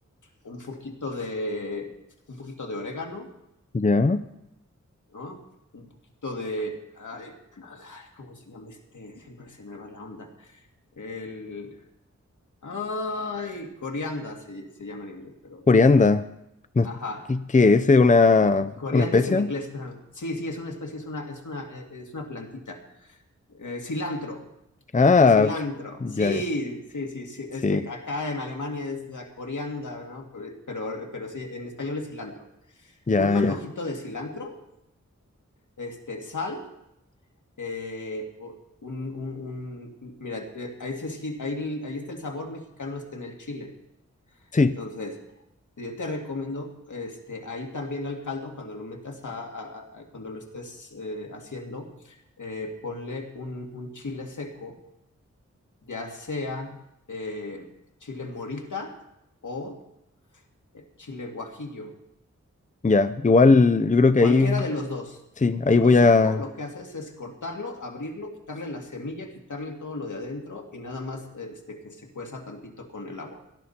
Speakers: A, on the left (about 80°); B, on the left (about 25°).
A: un poquito de, un poquito de orégano,
B: ya.
A: ¿no? Un poquito de, ay, ay, ¿cómo se llama este? Siempre se me va la onda. El, ay, corianda se, se llama en inglés, pero,
B: Corianda. No,
A: ajá.
B: ¿qué, qué es? ¿Es una,
A: Corianda
B: una especia?
A: es en inglés, pero sí, sí, es una especie, es una, es una, eh, es una plantita. Eh, cilantro,
B: Ah,
A: cilantro,
B: <laughs>
A: sí,
B: ya, ya.
A: sí, sí, sí.
B: Sí,
A: Es que acá en Alemania es la corianda, ¿no? Pero, pero, pero sí, en español es cilantro.
B: ya,
A: Un manojito
B: ya.
A: de cilantro, este, sal, eh, o- un, un- un- mira, eh, ahí, se esgi- ahí, ahí está el sabor mexicano, está en el chile.
B: Sí,
A: Entonces, yo te recomiendo, este, ahí también al caldo, cuando lo metas a, a- a- a- cuando lo estés eh, haciendo, eh, ponle un, un chile seco, ya sea eh, chile morita o eh, chile guajillo.
B: ya. Igual yo creo que
A: Cualquiera
B: ahí,
A: de los dos.
B: sí, ahí
A: Uno
B: voy
A: seco,
B: a,
A: lo que haces es cortarlo, abrirlo, quitarle la semilla, quitarle todo lo de adentro y nada más este, que se cueza tantito con el agua.